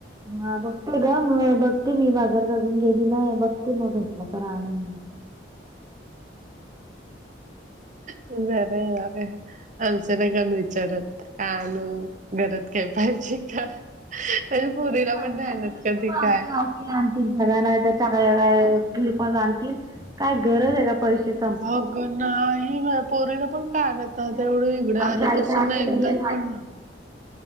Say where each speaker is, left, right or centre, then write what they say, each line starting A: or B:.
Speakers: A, on the right; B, on the right.
A: हा बघते ग, म बघते मी बाजारात अजून गेली नाही. बघते मग भेटला तर आणेन. मग.
B: <inaudible> बराय आग आमचं नाही कोण विचारत. आणू घरात काय पाहिजे का? <inaudible> माझ्या
A: बिझनेस
B: पोरीला
A: सांगायचा
B: पण नाही आणत
A: नुसतं
B: कधी
A: मग
B: काय.
A: <unintelligible> आणतील सगळ्यांना तेच हाय <unintelligible> काय क्पिपाच आणतील काय गरज आहे त्या पैशाच
B: अग नाही माया पोरीला पण काय आणत नव्हत्या
A: मग
B: इघडं
A: आमच्या
B: आल्यापासून
A: आई तर अख्ख्या
B: ना एकदा
A: दुनियेला
B: पण
A: आणते
B: ना <inaudible>